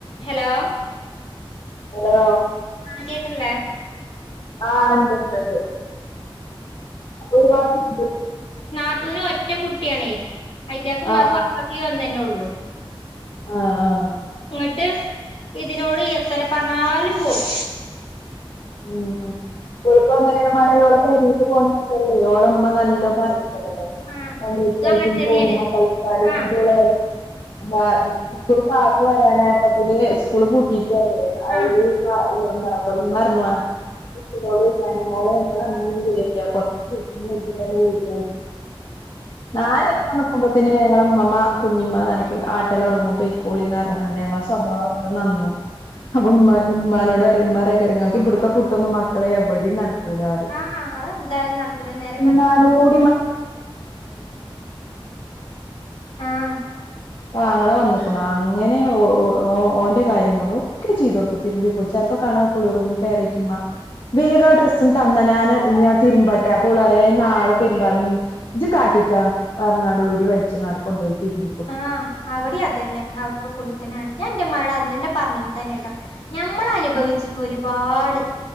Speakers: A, on the left; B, on the left.
A: Hello
B: hello
A: ആ കേക്ക്ണ്ല്ലേ
B: ആ ണ്ട് ണ്ട് ണ്ട് ഒരുപാടുണ്ട്
A: നാത്തൂനും ഒറ്റ കുട്ടിയാണേ അഐന്റക്കുംമാക്കും
B: ആഹ്
A: വാപ്പാക്കും ഈ ഒന്നന്നെള്ളു
B: ആ ആ
A: ഇങ്ങട്ട് ഇതിനോട് എത്തറ പറഞ്ഞാലും പോകും
B: ഉം ഉം <unintelligible> പെരിക്ക് പോണല്ല ഓളമ്മ നല്ലോ പറിക്കരു
A: ആഹ്
B: ഓലൈറ്റായി
A: ഇതും അങ്ങനെ തന്നെയാണ്
B: ഫോണമ്മൽ കളിച്ചാ <unintelligible>
A: ആഹ്
B: <unintelligible> പാട്ട് പാടാനായിപ്പ പിന്നെ സ്കൂള് പൂട്ടിക്കല്ലേ അയില്
A: ആഹ്
B: <unintelligible>
A: <inaudible>
B: <unintelligible> നാലോസം നിക്കുമ്പത്തിന് ഞങ്ങള ഇമ്മമാ കുഞ്ഞിമ്മ നട ആട്ടലൊടങ്ങും പൊ കൂളിന്നറങ്ങാണ്ട ഞങ്ങളെ സ്വഭാവത്ര നന്നു അപ്പൊ മ്മ ഉമ്മാനോട് അറിയമ <unintelligible> ഇവിടുത്തെ പുട്ടൊന്നും മക്കളെ എവിടെയും നടക്ക കൂലാറിം
A: ആഹ് അതെന്തായാലും നടക്കൂല നേരെ
B: തിന്നാനോ
A: മറിച്ച്
B: <unintelligible>
A: ആഹ്
B: ആങ്ങളെ വന്നക്കുണു അങ്ങനെ ഓഓ ഓന്റെ കാര്യങ്ങളക്കെ ചെയ്തൊടുക്കും തിരുമ്പിക്കുൾച്ച ചിലപ്പോ കാണാ കുളൂർും കയറിയിട്ടുമ്മ വേഗാ ഡ്രസ്സും തന്ന ഞാന് ഞാ തിരുമ്പട്ടെ പോളറിയ നാളെ തിരുമ്പാന്ന് ഇജ് കാട്ടിക്കാ വേറങ്ങാട് ഊരി വലിച്ചങ്ങാട് കൊണ്ടുയി തിരുമ്പും
A: ആ അവിടെ അതന്നെ അവിട്ക്ക് കുടത്തന ഞാന്റെ മ്മാനോട് പറഞ്ഞ തന്നെട്ടോ ഞമ്മൾ അനുഭവിച്ചിക്കണരുപാട്